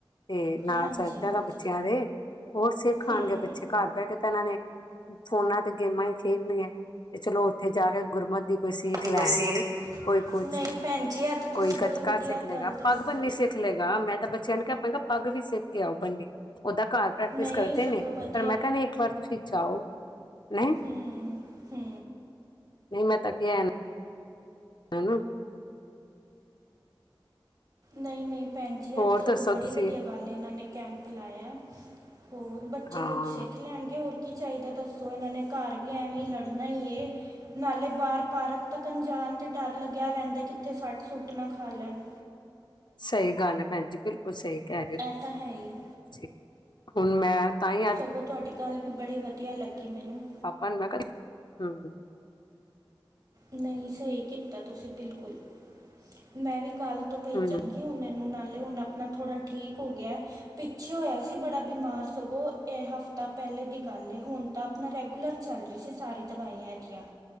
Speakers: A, on the left; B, on the right.
A: ਤੇ ਨਾਲ
B: ਹਾਂਜੀ
A: ਚੱਲਦਾ
B: ਹਾਂਜੀ
A: ਗਾ ਬੱਚਿਆਂ ਦੇ ਹੋਰ ਸਿੱਖ
B: ਹੂੰ
A: ਆਉਣਗੇ ਬੱਚ- ਘਰ ਬਹਿ ਕੇ ਤਾਂ ਇਹਨਾਂ ਨੇ ਫੋਨਾਂ ਤੇ ਗੇਮਾਂ ਹੀ ਖੇਡਣੀਆਂ ਤੇ ਚਲੋ ਉੱਥੇ ਜਾ ਕੇ ਗੁਰਮਤ ਦੀ ਕੋਈ ਸਿੱਖ
B: ਦੀ
A: ਲੈਣਗੇ।
B: ਕੋਈ ਸੀਖ
A: ਕੋਈ ਕੁਛ,
B: ਨਹੀਂ ਭੈਣ ਜੀ ਇਹ ਤਾਂ ਤੁਸੀਂ
A: ਕੋਈ
B: ਬੜੀ
A: ਗੱਤਕਾ
B: ਵਧੀਆ
A: ਸਿੱਖ ਲਏਗਾ,
B: ਗੱਲ ਦੱਸੀ
A: ਪੱਗ ਬੰਨੀ ਨੀ
B: ਹੈ।
A: ਸਿੱਖ, ਸਿਖਲੇਗਾ ਮੈਂ ਤਾਂ ਬੱਚਿਆਂ ਨੂੰ ਕਹਿ ਪਏਗਾ ਪੱਗ ਵੀ ਸਿੱਖ ਕੇ ਆਓ ਬੰਨੀ ਉਹਦਾ ਘਰ, ਪ੍ਰੈਕਟਿਸ
B: ਨਹੀ
A: ਕਰਦੇ
B: ਸਗੋਂ
A: ਨੇ
B: ਬਧ-
A: ਪਰ ਮੈਂ ਕਹਿੰਦੀ ਇੱਕ ਵਾਰ ਤੁਸੀਂ ਜਾਓ ਨਹੀਂ।
B: ਹੂੰ ਹੂੰ।
A: ਨਹੀਂ ਮੈਂ ਤਾਂ ਕਿਹਾ ਏਹਨੂੰ। ਹੈਨਾ।
B: ਨਹੀਂ- ਨਹੀਂ ਭੈਣ ਜੀ
A: ਹੋਰ
B: ਇਹ ਤਾਂ ਸਗੋਂ
A: ਦੱਸੋ
B: ਬੜੀ
A: ਤੁਸੀਂ
B: ਵਧੀਆ ਗੱਲ ਐ ਇਹਨਾਂ ਨੇ ਕੈਂਪ ਲਾਇਆ। ਹੋਰ ਬੱਚੇ
A: ਹਾਂ
B: ਕੁੱਛ ਸਿੱਖ ਲੈਣਗੇ, ਹੋਰ। ਕੀ ਚਾਹੀਦਾ ਦੱਸੋ ਇਹਨਾਂ ਨੇ ਘਰ ਵੀ ਐਵੇਂ ਹੀ ਲੜਨਾ ਹੀ ਏ ਨਾਲੇ ਬਾਹਰ ਪਾਰਕ- ਤੱਕਣ ਜਾਣ 'ਤੇ ਡਰ ਲੱਗਿਆ ਰਹਿੰਦਾ ਕਿੱਥੇ ਸੱਟ- ਸੂੱਟ ਨਾ ਖਾ ਲੈਣ।
A: ਸਹੀ ਗੱਲ ਹੈ ਭੈਣ ਜੀ, ਬਿਲਕੁਲ ਸਹੀ ਕਹਿ ਰਹੇ ਹੋ
B: ਇਹ ਤਾਂ ਹੈ ਹੀ
A: ਤੁਸੀਂ, ਹੁਣ ਮੈਂ ਤਾਂ ਹੀ ਅੱਜ
B: ਸਗੋਂ ਤੁਹਾਡੀ ਗੱਲ ਵੀ ਬੜੀ ਵਧੀਆ ਲੱਗੀ ਮੈਨੂੰ,
A: ਪਾਪਾ ਨੂੰ ਮੈਂ ਕਿਹਾ, ਹੂੰ-ਹੂੰ
B: ਨਹੀਂ ਸਹੀ ਕੀਤਾ ਤੁਸੀਂ ਬਿਲਕੁਲ, ਮੈਂ ਵੀ ਕੱਲ ਤੋਂ ਭੇਜਾਂਗੀ
A: ਹੂੰ
B: ਉਹਨੇ ਨੂੰ ਨਾਲੇ ਉ ਹੁਣ ਆਪਣਾ ਥੋੜਾ ਠੀਕ ਹੋ ਗਿਆ। ਪਿੱਛੇ ਹੋਇਆ ਸੀ ਬੜਾ ਬਿਮਾਰ ਸਗੋਂ ਇਹ ਹਫ਼ਤਾ ਪਹਿਲੇ ਦੀ ਗੱਲ ਐ, ਹੁਣ। ਤਾਂ ਆਪਣਾ ਰੈਗੂਲਰ ਚੱਲ ਰਹੀ ਸੀ ਸਾਰੀ ਦਵਾਈਆਂ ਇਹਦੀਆਂ,